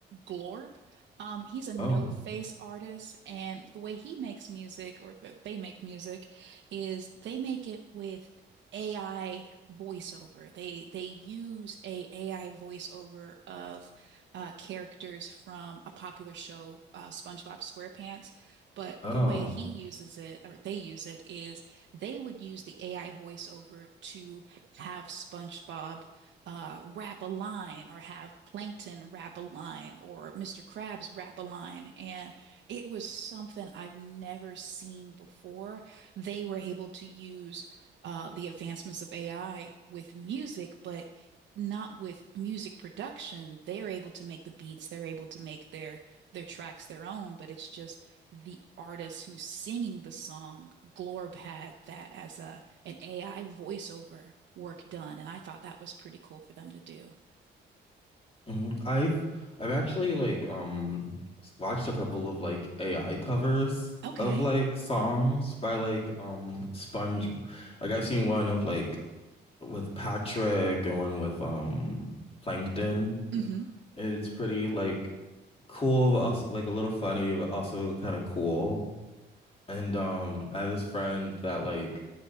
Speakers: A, on the right; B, on the left.
A: Glorb. Um, he's a no-face
B: Oh.
A: artist, and the way he makes music, or that they make music, is they make it with AI voiceover. They they use a AI voiceover of uh, characters from a popular show, uh, SpongeBob SquarePants. But the
B: Oh.
A: way he uses it, or they use it, is they would use the AI voiceover to have SpongeBob uh, wrap a line or have plankton wrap a line or Mr. Krabs wrap a line. And it was something I've never seen before. They were able to use uh, the advancements of AI with music, but not with music production. They're able to make the beats, they're able to make their their tracks their own, but it's just the artist who's singing the song. Glorb had that as a an AI voiceover work done, and I thought that was pretty cool for them to do.
B: hmm I've I've actually like um s- watched a couple of like AI covers
A: Okay.
B: of like songs by like um Sponge like I've seen one of like with Patrick and one with um Plankton
A: hmm
B: and it's pretty like cool but also like a little funny but also kind of cool. And um, I have this friend that like